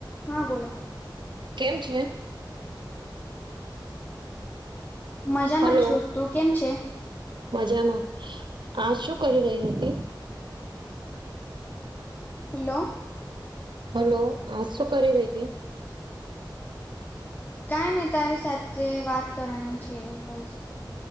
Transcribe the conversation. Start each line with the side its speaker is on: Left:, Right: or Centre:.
Left: હા, બોલો.
Right: કેમ છે?
Left: મજામાં
Right: હલો
Left: છુ. તું કેમ છે?
Right: મજામાં, આ શું કરી રહી હતી?
Left: હલો.
Right: હલો! હા, શું કરી રહી હતી?
Left: કંઈ ની, તારી સાથે વાત કરવાની છે, હોય